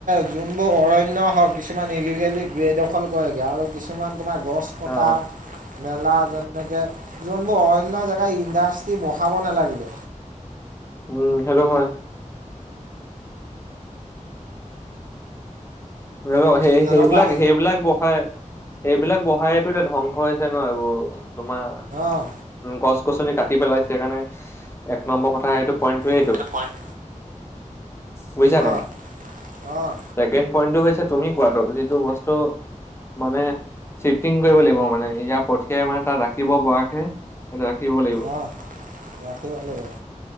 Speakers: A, on the right (about 85°); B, on the left (about 20°).
A: যোনবোৰ অৰণ্য হওক, কিছুমান ই লিগেলী বেদখল কৰেগৈ। আৰু কিছুমান তোমাৰ গছ কতা-মেলা
B: অ
A: যেনেকে যোনবোৰ অৰণ্য জেগা, ইণ্ডাষ্ট্ৰী বহাব নেলাগিব।
B: উম, সেইটো হয়। হৈয়ো, সেই-সেইবিলাক-সেইবিলাক
A: তেনেকুৱা
B: বহায় সেইবিলাক বহাইতো এতিয়া ধ্বংস হৈছে ন' এইবোৰ। তোমাৰ,
A: অঁ
B: গছ-গছনি কাট টি পেলাইছে সেইকাৰণে। এক নম্বৰ কথা, সেইটো পইণ্টটোৱে সেইটো।
A: এইটো পইণ্ট
B: বুজিছা নে নাই?
A: অঁ অঁ
B: চেকেণ্ড পইন্টটো হৈছে তুমি কোৱাটো, যিটো বস্তু মানে শ্বিফটিং কৰিব লাগিব মানে। ইয়াৰ পঠিয়াই মানে তাত ৰাখিব পৰাকে তাত ৰাখিব লাগিব
A: অহ, ৰাখিব লাগিব।